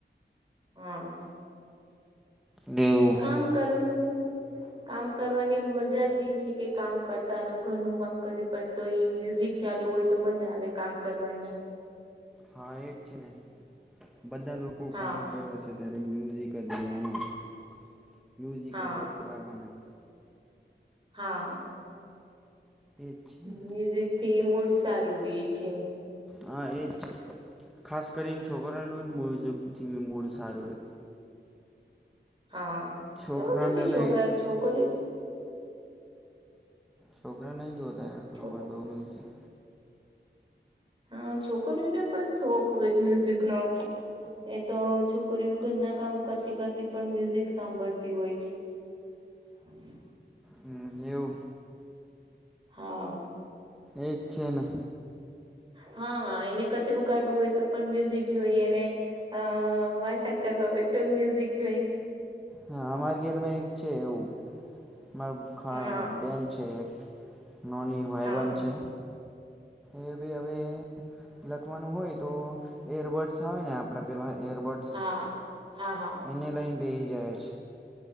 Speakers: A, on the right; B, in the centre.
A: હમ્મ
B: દેવું
A: કામ કરવાનું. કામ કરવાની મજા જ છે કે કામ કરતા રહો ઘરનું કામ કરી. પણ તો એ મ્યુઝિક ચાલુ હોય તો મજા આવે કામ કરવાની.
B: હા એજ છે ને બધા લોકો
A: હા
B: કામ કરે છે. ને ત્યારે મ્યુઝિક જેવા મ્યુઝિક વગાડવાના. મ્યુઝિક
A: હા
B: જ વગાડવાના.
A: હા.
B: એ જ છે
A: મ્યુઝિક થી મૂડ સારું રે છે.
B: હા એ જ ખાસ કરીને છોકરાનું જ મોવઝકથી મૂળ સારું રહે.
A: હા.
B: છોકરા
A: એવું નથી
B: ને નઈ.
A: છોકરા છોકરી
B: છોકરા નહી જોતા આટલો
A: છોક
B: બધો મ્યુઝિક.
A: હા છોકરીઓને પણ શોખ હોય મ્યુઝિકનો. એ તો છોકરીઓ ઘર ના કામ કરતી કરતી પણ મ્યુઝિક સાંભળતી હોય. <inaudible>
B: હમ એવુ
A: હા.
B: એજ છે, ને
A: હા એને કચરું કાઢવું હોય તો પણ મ્યુઝિક જોઈ એને. અ વાંસણ કરવા હોય તો મ્યુઝિક જોય.
B: હા અમારી ઘરમાં એક છે એવું મારા
A: હા
B: બેન છે એક. નોની ભાઈ
A: હા
B: બંધ છે. એ ભી હવે લખવાનું હોય તો. એરબડ્સ આવે ને આપણા પેલાં એરબડ્સ
A: હા હા
B: એને લઈને બેહી જાય છે.